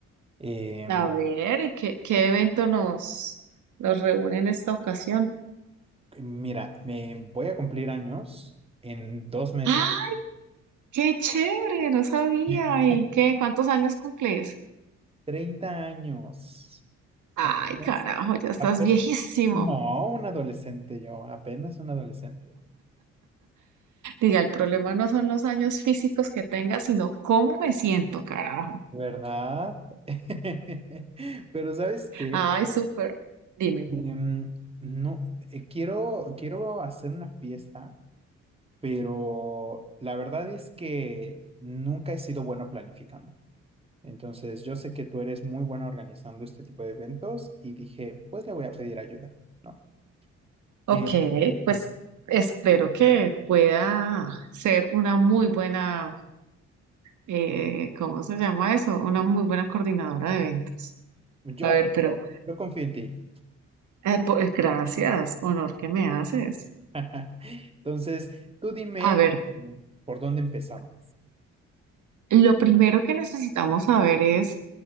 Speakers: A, on the right; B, on the right.
A: Em,
B: A ver, ¿y ¿qué, qué evento nos, nos reúne en esta ocasión?
A: mira, me voy a cumplir años en dos meses.
B: ¡Ah! ¡Qué chévere! No sabía.
A: <laughs>
B: ¿Y qué? ¿Cuántos años cumples?
A: 30 años.
B: Ay,
A: Apenas,
B: carajo, ya estás
A: ape-
B: viejísimo.
A: no, un adolescente yo, apenas un adolescente,
B: Diga, el problema no son los años físicos que tengas, sino cómo me siento, carajo.
A: ¿verdad? <laughs> Pero ¿sabes qué?
B: Ay, súper. Dime.
A: Em, no, eh, quiero, quiero hacer una fiesta, pero la verdad es que nunca he sido bueno planificando. Entonces, yo sé que tú eres muy buena organizando este tipo de eventos y dije, pues le voy a pedir ayuda, ¿no?
B: Ok,
A: Eh,
B: pues
A: No sé.
B: espero que pueda ser una muy buena eh, ¿cómo se llama eso? Una muy buena coordinadora de eventos.
A: yo,
B: A ver, pero
A: yo confío en ti.
B: eh, po- eh, gracias, honor que me haces.
A: <laughs> Entonces, tú dime
B: A ver,
A: mm, por dónde empezamos.
B: lo primero que necesitamos saber es,